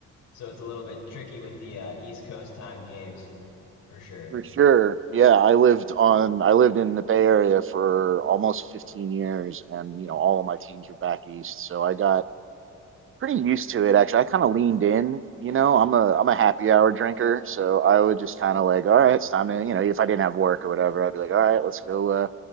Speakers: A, on the left; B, on the right.
A: So it's a little bit tricky with the uh, East Coast timed games for sure.
B: For sure. Yeah, I lived on I lived in the Bay Area for almost 15 years and you know all of my teams were back east, so I got pretty used to it actually. I kind of leaned in, you know. I'm a I'm a happy hour drinker, so I would just kind of like, all right, it's time to, you know, if I didn't have work or whatever, I'd be like, all right, let's go uh